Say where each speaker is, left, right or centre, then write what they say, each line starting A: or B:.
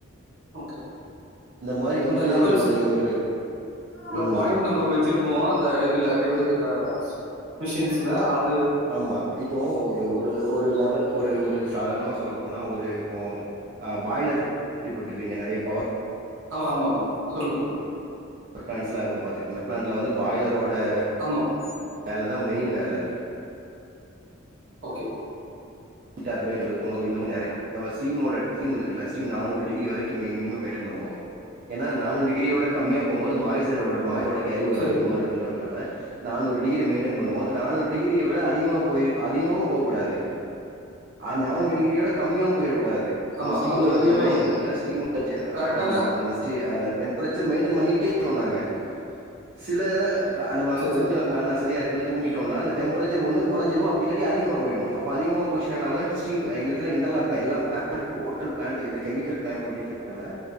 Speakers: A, on the right (about 65°); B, on the right (about 45°).
A: ஓகே
B: மாரி வந்துட்டு
A: அந்த லெவல்ஸ்
B: ஒரு ஒரு
A: இந்த
B: ம்.
A: பாய்ண்ட் நம்பர் வி வச்சிருப்போ அந்த இதுல டிவு அந்த மிஷின்ஸ்ல அத்
B: ஆமா இப்போ ஒரு ஒரு ஒரு லெவல் ஒரு ஒரு சாதாரணமா சொல்ல போனா ஒரு இப்போ ஆ பாய்லர் கேள்வி பட்டிருப்பீங்க நெறைய பவர்
A: ஆமா ஆமா ஆமா சொல்லுங்க சொல்லுங்க
B: பிப் பிளான்ட்ஸ்லா இருக்க பாத்துக்கீற்னா பிளாண்ட்டுல வந்து பாய்லரோட வேல
A: ஆமா ஆமா
B: வேல தா மெயின் வேல
A: ஓகே
B: டர்ஃபைன் இருக்கு சோ இன்னமு நெறை ஓல்ட் டவர் ஸ்டிம்மொட கிம் இருக்குல்ல ஸ்டிம் நானூறு டிகிரி வரைக்கியுமே மினிமேம் மெயின்டன் பண்ணுவோ ஏன்னா நானூ டிகிரியோட கம்மியா போம்போது மாய்சோரோட் மாய்யோடர் கேரி ஒரு
A: சரி
B: அதிகமா இருக்கும்ன்றதுனால நானூறு டிகிரி மெயின்டெயன் பண்ணுவோம் நானூறு டிகிரிய விட அதிகமா போய் அதிகமவு போகூடாது ஆ நானூறு டிகிரியோட கம்மியாவு போயிட கூடாது அந்த
A: ஆமா
B: ஸ்டீமோட
A: அதுலயும்
B: ஜென்ரேஷன் இருக்குல ஸ்டிமோட ஞ்
A: கரெக்டான
B: ஆ ஆமா அந்த ஸ்டி அந் டேம் ஒரேச்சேன் மென்டைன் பண்ணிக்யிட்டே போனாங்க சில த கா நம்ம
A: சரி
B: கொஞ்சோ
A: சரி
B: கண் அசதியா இருக்குன்னு தூங்கிட்டோன்னா அந் டெம்பெரச்சர் ஒன்னு கொறஞ்சுரு அப்டி இல்லாடி அதிக போயிடு அப்ப அதிகமாவ் போச்சுன்னா என்னாவு ஸ்டிம் எய்ங்ளுக்கு இன்டர்லாக்டா எல்லா பிளான்ட் ஓட்டல் பிளான்ட்டு இது கேமிக்கல் பிளான்ட்டு அப்டின்றுனால